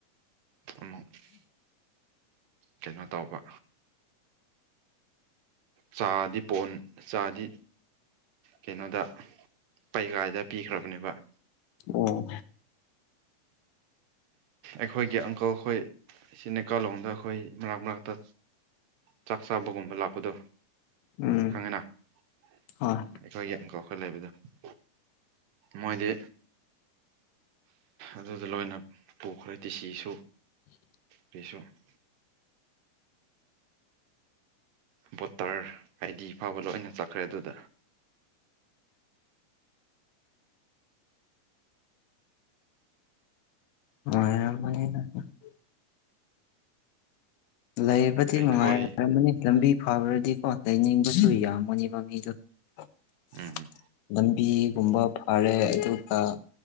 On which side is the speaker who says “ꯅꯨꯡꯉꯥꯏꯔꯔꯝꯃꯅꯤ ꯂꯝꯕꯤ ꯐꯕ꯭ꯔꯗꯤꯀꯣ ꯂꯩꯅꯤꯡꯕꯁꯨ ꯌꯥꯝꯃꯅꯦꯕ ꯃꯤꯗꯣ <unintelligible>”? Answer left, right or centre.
Left